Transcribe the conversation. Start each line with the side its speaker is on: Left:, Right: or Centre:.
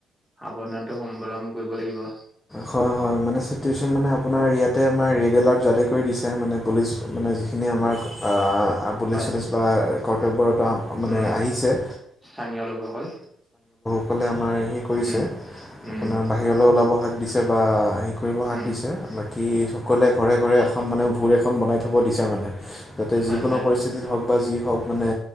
Centre: সাৱধানটো সম্বলম কৰিব লাগিব।
Left: হয় হয় মানে ছিটৱেচন মানে আপোনাৰ ইয়াতে আপোনাৰ ইয়াতে আমাৰ ৰেড এলাৰ্ট জাৰি কৰি দিছে মানে পুলিচ মানে যিখিনি আমাৰ আ পুলিছ
Centre: হয়
Left: চুলিছ বা কৰ্তব্যৰত মানে
Centre: উম
Left: আহিছে
Centre: স্থানীয় লোকসকল
Left: সকলে আমাৰ সি কৰিছে,
Centre: উম
Left: আপোনাৰ
Centre: উম
Left: বাহিৰলৈ ওলাব দিছে বা হি কৰিব হাত
Centre: উম,
Left: দিছে বাকীৰ সকলে ঘৰে ঘৰে এখন মানে ভোৰ এখন বনাই থ'ব দিছে মানে যাতে
Centre: হয়,
Left: যিকোনো
Centre: হয়,
Left: পৰিস্থিতিত হওক বা যি হওক মানে